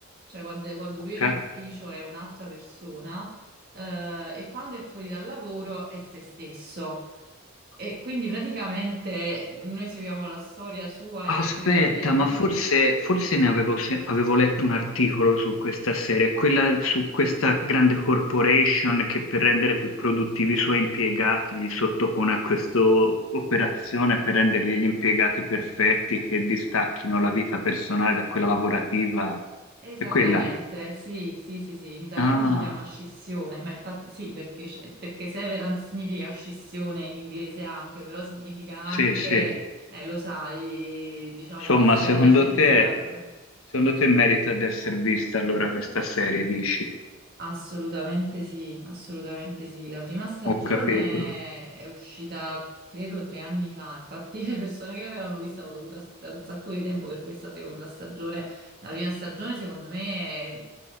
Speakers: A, on the right (about 45°); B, on the left (about 80°).
A: cioè quando, quando
B: Ok?
A: lui è in ufficio è un'altra persona, eh, e quando è fuori dal lavoro è se stesso. E quindi praticamente noi seguiamo la storia sua
B: Aspetta,
A: e dei suoi colleghi.
B: ma forse, forse ne avevo, se- avevo letto un articolo su questa serie, quella su questa grande corporation che per rendere più produttivi i suoi impiegati gli sottopone a questa operazione per rendergli gli impiegati perfetti che distacchino la vita personale da quella lavorativa.
A: Esattamente,
B: È quella?
A: sì, sì, sì, sì, in italiano
B: Ah,
A: si chiama scissione, ma infatti sì, perché, sc- perché severance significa scissione in inglese anche, però significa anche,
B: sì, sì.
A: eh, lo sai, diciamo
B: Insomma,
A: essere
B: secondo
A: licenziato.
B: te,
A: eh.
B: secondo te merita di essere vista allora questa serie, dici?
A: Assolutamente sì, assolutamente sì. La prima stagione
B: Ho capito,
A: è uscita, credo, tre anni fa. Infatti, <laughs> le persone che l'avevano vista hanno dovuto aspettare un sacco di tempo per questa seconda stagione. La prima stagione, secondo me, è